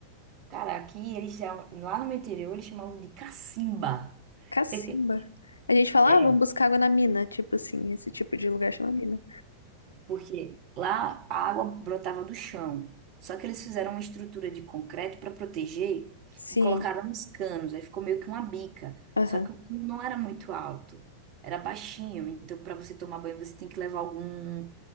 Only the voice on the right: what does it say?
Cara, aqui eles chamam, lá no meu interior eles chamavam de cacimba.
<laughs>
É,
porque lá a água brotava do chão. Só que eles fizeram uma estrutura de concreto para proteger
e colocaram uns canos, aí ficou meio que uma bica.
Só que o cano não era muito alto, era baixinho, então para você tomar banho você tem que levar algum